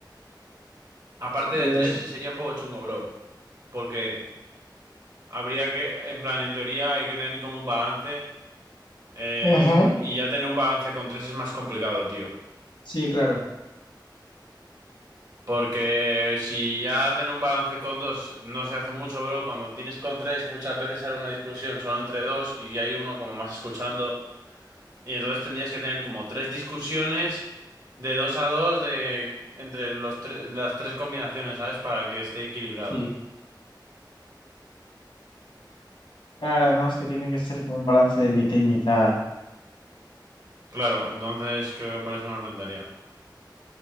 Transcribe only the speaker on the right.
Aparte
de tres,
sería un poco chungo, bro, porque habría que, en plan, en teoría hay que tener como un balance. Eh,
y ya tener un balance con tres es más complicado, tío.
Porque si ya tener un balance con dos no se hace mucho, bro. Cuando tienes con tres, muchas veces sale una discusión solo entre dos y hay uno como más escuchando. Y entonces tendrías que tener como tres discusiones de dos a dos de entre los tres, las tres combinaciones, ¿sabes? Para que esté equilibrado.
Claro, entonces creo que por eso no rentaría.